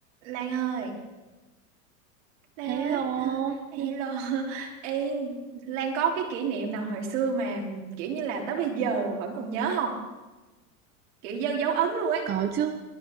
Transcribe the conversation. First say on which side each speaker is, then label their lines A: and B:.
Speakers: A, on the right; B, on the right.
A: Lan ơi, Lan
B: Hello,
A: ơi, à, hello. <laughs> Ê, Lan có cái kỷ niệm nào hồi xưa mà kiểu như là tới bây giờ vẫn còn nhớ không? Kiểu dấu dấu ấn luôn ấy.
B: có chứ.